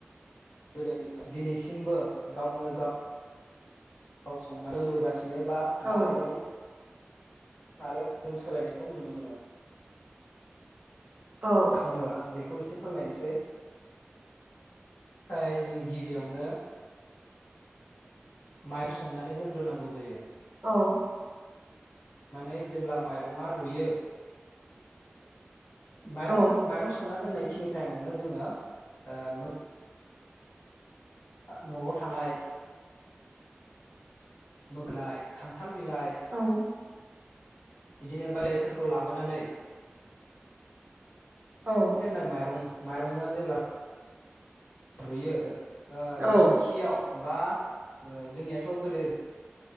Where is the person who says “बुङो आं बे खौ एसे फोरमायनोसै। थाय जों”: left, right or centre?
Left